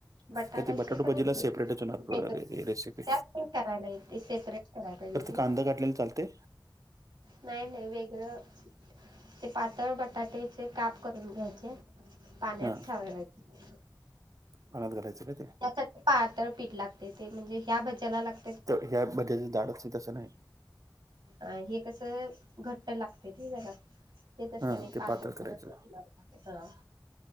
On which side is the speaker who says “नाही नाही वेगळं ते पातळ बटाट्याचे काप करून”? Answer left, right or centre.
Right